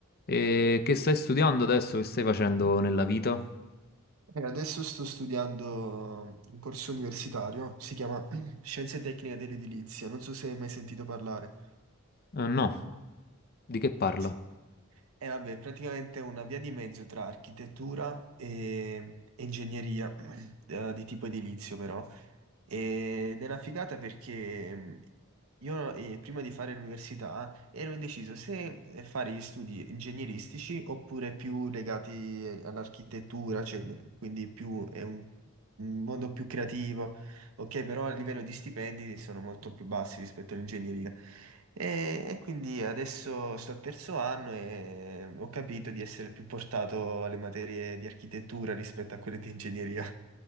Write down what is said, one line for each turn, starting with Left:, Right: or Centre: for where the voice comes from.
Left: E che stai studiando adesso? Che stai facendo nella vita?
Right: Eh, adesso sto studiando un corso universitario, si chiama <clears throat> Scienze Tecniche dell'Edilizia, non so se hai mai sentito parlare.
Left: Eh, no, di che parla?
Right: Sì. E vabbè, praticamente è una via di mezzo tra architettura e e ingegneria, <clears throat> eh, di tipo edilizio però. Ed è una figata perché mh, io eh, prima di fare l'università ero indeciso se eh, fare gli studi ingegneristici oppure più legati eh, all'architettura, cioè, quindi più, è un, un mondo più creativo, ok, però a livello di stipendi sono molto più bassi rispetto all'ingegneria. E, e quindi adesso sto al terzo anno e mm, ho capito di essere più portato alle materie di architettura rispetto a quelle di ingegneria.